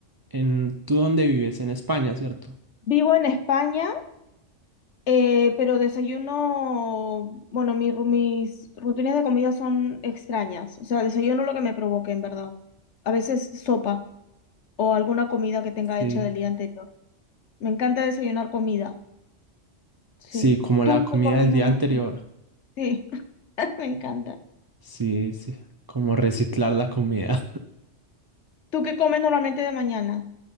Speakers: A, on the right; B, on the left.
A: en... ¿Tú dónde vives? En España, ¿cierto?
B: Vivo en España, eh, pero desayuno, bueno, mi ru- mis rutinas de comida son extrañas. O sea, desayuno lo que me provoque, en verdad. A veces sopa o alguna comida que tenga
A: Sí,
B: hecha del día anterior. Me encanta desayunar comida. Sí.
A: sí, como
B: ¿Tú
A: la comida
B: qué comes
A: del día
B: normalmente?
A: anterior.
B: Sí. <laughs> Me encanta.
A: Sí, sí, como reciclar la comida.
B: ¿Tú qué comes normalmente de mañana?